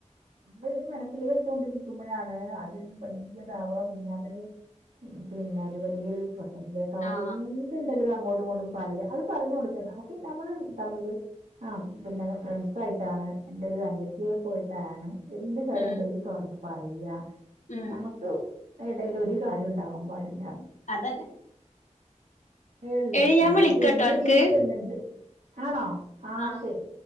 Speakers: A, on the right; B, on the left.
A: നമ്മള് ഇത് മനസ്സിൽ വെച്ചൊണ്ടിരിക്കുമ്പോഴാണ് അ വല്യതാവ പിന്നത് ഉം പിന്നത് വലിയൊരു അതിനേ വും
B: ആഹ്
A: എന്തുണ്ടെങ്കിലും അ അങ്ങോട്ടും ഇങ്ങോട്ടും പറയാം അത് പറഞ്ഞു കൊടുക്ക. നമുക്ക് നമ്മൾ തമ്മില് ആ പിന്നെ ഫ്രണ്ട്സായിട്ട് അതാണ്. എന്റെ ഒരു അനിയത്തിയെ പോയിട്ടാണ് എന്ത് കാര്യം
B: ഉം
A: ണ്ടെങ്കിലും തുറന്ന് പറയുക
B: ഉം
A: നമുക്ക് എടല യിൽ ഒരു കാര്യം ഉണ്ടാവാൻ പാടില്ല
B: അതന്നെ
A: ള്ളു
B: എടി ഞാൻ
A: നമ്മളൊക്കെ
B: വിളിക്കട്ടോ
A: ഇന്ന്
B: അനക്ക്
A: ജീവിച്ചന്ന്ണ്ട് ആണോ ആ
B: ആഹ്
A: ശരി